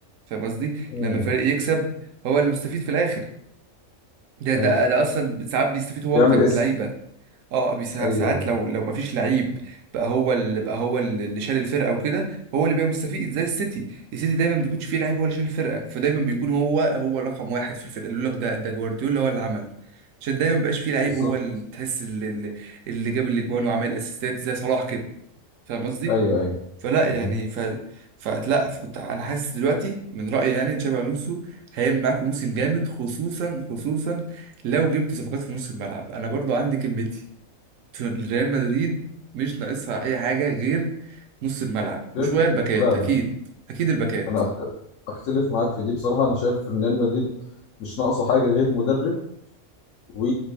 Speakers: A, on the right; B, on the left.
A: فاهم قصدي
B: مم.
A: لما الفريق يكسب هو اللي مستفيد في الاخر ده ده
B: ايوه
A: ده اصلا ساعات بيستفيد هو
B: بيعمل
A: اكتر من
B: اسم
A: اللعيبه اه بيسا-
B: ايوه
A: ساعات
B: ايوه
A: لو لو مفيش لعيب بقى هو اللي بقى هو اللي شال الفرقه وكده هو اللي بيبقى مستفيد زي السيتي السيتي دايما ما بيكونش فيه لعيب هو اللي شال الفرقه فدايما بيكون هو هو رقم واحد في الفرقه يقول لك ده ده جوارديولا هو اللي عمل عشان دايما مبقاش فيه لعيب
B: بالظبط
A: هو اللي تحس اللي, اللي اللي جاب الاجوان وعمل الاسيستات زي صلاح كده فاهم قصدي
B: ايوه ايوه
A: فلا يعني
B: مم.
A: ف فلا كنت انا حاسس دلوقتي من رايي يعني تشابي الونسو هيعمل معاكم موسم جامد خصوصا خصوصا لو جبت صفقات في نص الملعب انا برضو عندي كلمتي ريال مدريد مش ناقصها اي حاجه غير نص الملعب
B: بيعمل-
A: وشويه الباكات
B: لا لا
A: اكيد اكيد الباكات
B: انا أخت- اختلف معاك في دي بصراحة انا شايف ان ريال مدريد مش ناقصه حاجة غير مدرب و